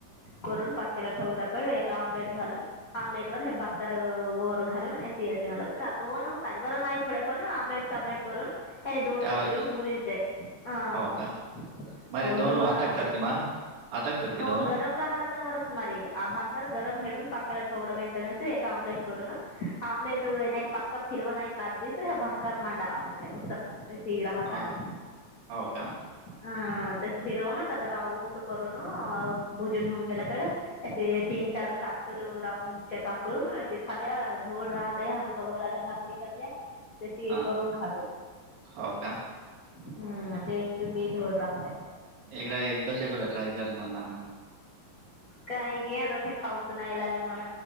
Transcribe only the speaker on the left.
करून पाक्क्याला ठेवूला क एक आम्लेट घालून आमलेट वर हे बाकर वओर घालून सी मला दोन <unintelligible> नाही पुडे पण ऑमलेट सापलेट करून त्याने दोनदा
मिरून
बुजते ह
हो
धोड
राहते.
हो
गरम राहाला तरवरस मारी आ भाक गरम हेडून <unintelligible> एक आम्लेट करून आम्लेट <unintelligible> फिरवाण नाहीला आ दिस हे भाक्कर मांडावा म्हणच्याने <unintelligible> सी राहताने.
अं तशी फिरवून त्या राऊंड करून भुजून हंगेल्याकड असे तीन
चार काल राऊंडच्या कापरून असे खाली धोड राहत ह का राहता भाकरी करल्या् तशी
करून खातो
हम् टेस्ट बी धोड राहते.
काही घे त ते खाऊच नाही लागे म्हण